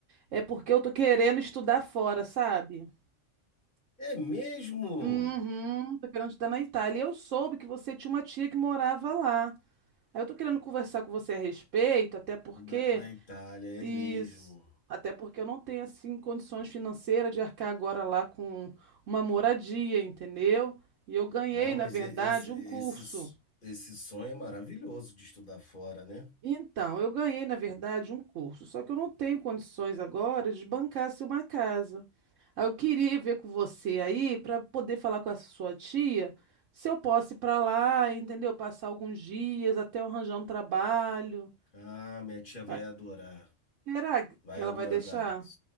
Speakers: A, on the right; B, on the left.
A: É porque eu tô querendo estudar fora, sabe?
B: É mesmo?
A: Uhum, tô querendo estudar na Itália. E Eu soube que você tinha uma tia que morava lá. Aí eu tô querendo conversar com você a respeito, até porque
B: Na, na Itália,
A: Isso.
B: é mesmo.
A: Até porque eu não tenho assim condições financeiras de arcar agora lá com uma moradia, entendeu? E eu ganhei,
B: Ah, mas
A: na verdade,
B: e- esse, esse,
A: um curso.
B: esse sonho é maravilhoso de estudar fora, né?
A: Então, eu ganhei, na verdade, um curso, só que eu não tenho condições agora de bancar se uma casa. Aí eu queria ver com você aí para poder falar com a sua tia se eu posso ir para lá, entendeu? Passar alguns dias até eu arranjar um trabalho.
B: Ah, minha tia vai
A: É,
B: adorar.
A: será que
B: Vai
A: ela
B: adorar.
A: vai deixar?